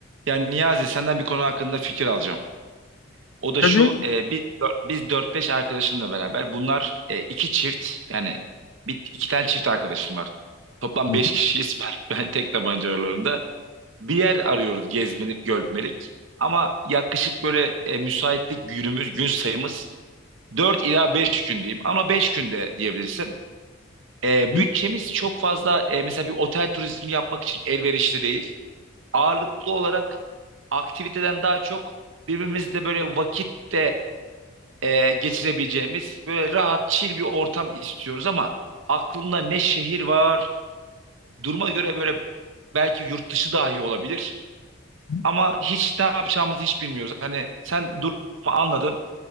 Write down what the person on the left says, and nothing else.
Tabii.
Hı
hı,
hı
hı.